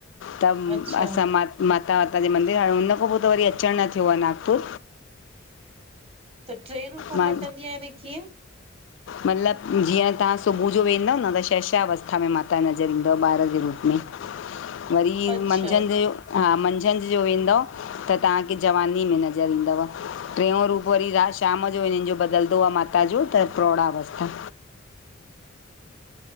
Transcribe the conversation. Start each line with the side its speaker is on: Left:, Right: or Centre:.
Left: त
Right: अच्छा
Left: असां म माता वाता जो मंदिर हाण, हुन खां पो त वरी अचनि न थियो आ नागपुर।
Right: त ट्रे रूप
Left: मां
Right: मटिदीं आए त कीअं?
Left: मतिलबु जीअं तां सुबुह जो वेंदांव न त शैशा अवस्था में माता नज़र ईंदव ॿार जे रूप में। वरी
Right: अच्छा
Left: मंझंनि जो, हा मंझंनि जो वेंदांव त तांहांखे जवानी में नज़र ईंदंव। ट्रेयो रूप वरी रा शाम जो हिनन जो बदलंदो आ माता जो त प्रोड़ा अवस्था।